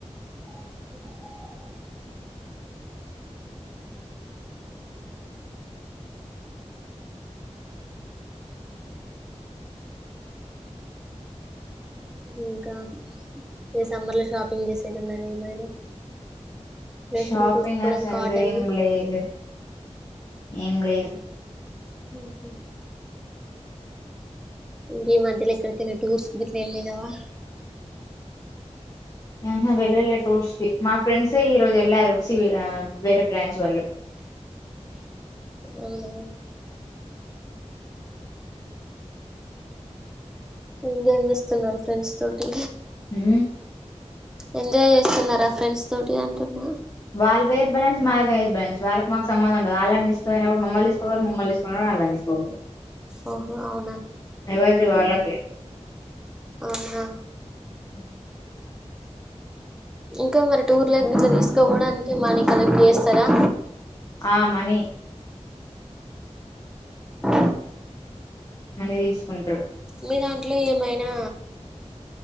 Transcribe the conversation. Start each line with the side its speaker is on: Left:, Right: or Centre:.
Centre: <unintelligible> ఇంకా ఏ సమ్మర్ లో షాపింగ్ చేసేది ఉన్నది ఏమైనా
Left: <unintelligible>
Centre: డ్రెస్సులు
Left: షాపింగ్
Centre: తీసుకోవడం
Left: అసంట
Centre: కాటన్వి
Left: ఏం లేదు ఏం లేదు
Centre: ఉహు ఇకా మధ్యలో ఎక్కడికనే టూర్స్ కి గిట్ల వెళ్లినవా,
Left: ఆహా వెళ్ళలే టూర్స్ కి మా ఫ్రెండ్సే ఈ రోజు వెళ్ళారు సివి వేరే బ్రాంచ్ వాళ్ళు <unintelligible>
Centre: అవునా ఎంజాయ్ చేస్తున్నారు ఫ్రెండ్స్ తోటి
Left: ఉ
Centre: ఎంజాయ్ చేస్తున్నారా ఫ్రెండ్స్ తోటి అంటున్నా
Left: వాళ్ళ వేరు బ్రాంచ్ మాది వేర్ బ్రాంచ్ వాళ్ళకి మాకు సంబం ఉండందు వాళ్ళని తీసుకు పోయిప్పుడు మమ్మల్ని ఇ టూర్ మమ్మల్ని తీస్కా పోయినపుడు వాళ్లని తీసుకపోరు,
Centre: ఓహో అవునా
Left: ఎవరిది వాళ్ళకె
Centre: అవునా
Left: ఊ
Centre: ఇంకా మరి టూర్లగ్గర తీసుకోవడానికి మాణకలకి చేస్తారా
Left: ఆ మనీి
Centre: ఆ
Left: మనీ తీసుకుంటారు
Centre: మీ దాంట్లో ఏమైనా